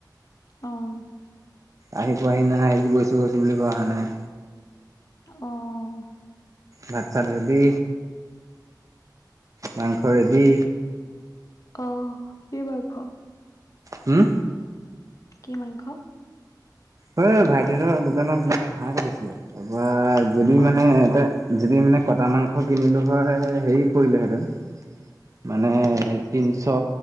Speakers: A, on the left; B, on the right.
A: অহ
B: আহি পোৱাহি নাই আহিছো গৈছো- গৈছো বুলি কৈও আহা নাই।
A: অহ
B: ভাত- চাত ৰেডি মাংস ৰেডি
A: অহ, কি মাংস?
B: হুমউ
A: কি মাংস
B: হয় ভাইটিহতৰ দোকানত মানে হাঁহ কাটিছিলে তাৰপৰা যদি
A: অ
B: মানে এটা যদি মানে কটা মাংস কিনিলোঁ হয় হেৰি পৰিলেহেঁতেন মানে তিনশ